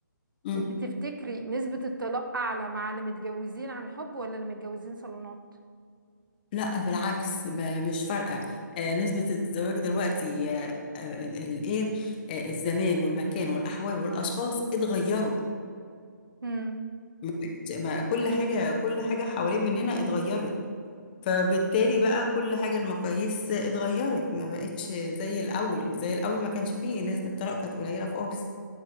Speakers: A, on the left (about 25°); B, on the right (about 90°).
A: مم.
B: انت تفتكري نسبة الطلاق اعلى مع اللي متجوزين عن حب ولا اللي متجوزين صالونات
A: لا بالعكس ما- مش فارقة آه، نسبة الزواج دلوقتي آه، آه، الايه آه، الزمان والمكان والأحوال والأشخاص اتغيروا
B: امم
A: ما بقتش- ما كل حاجة كل حاجة حوالين مننا اتغيرت فبالتالي بقى كل حاجة المقاييس اتغيرت ما بقتش زي الأول زي الأول ما كانش فيه نسبة طلاق كانت قليلة خالص